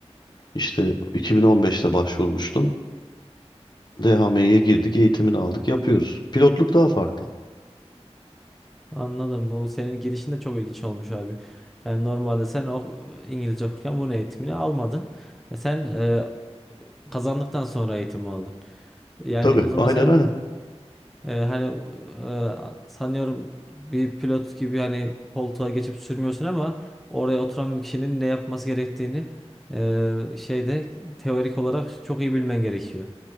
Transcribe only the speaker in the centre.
Anladım. Bu senin girişin de çok ilginç olmuş abi. Yani normalde sen o İngilizce okurken bunun eğitimini almadın. E, Sen e, kazandıktan sonra eğitimi aldın. Yani
o zaman
sen
Ee, hani e, sanıyorum bir pilot gibi hani koltuğa geçip sürmüyorsun ama oraya oturan bir kişinin ne yapması gerektiğini e, şeyde teorik olarak çok iyi bilmen gerekiyor.